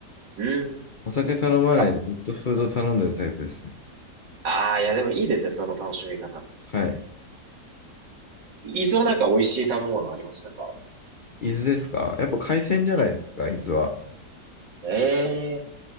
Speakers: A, on the right; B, on the left.
A: ーうん。
B: お酒頼まないで、
A: なんか、
B: ずっとフード頼んでるタイプですね。
A: ああ、いやでもいいですね、その楽しみ方も。
B: はい。
A: いずれなんか美味しい食べ物ありましたか
B: 伊豆ですかやっぱ海鮮じゃないですか、
A: え
B: 伊豆は。
A: ええ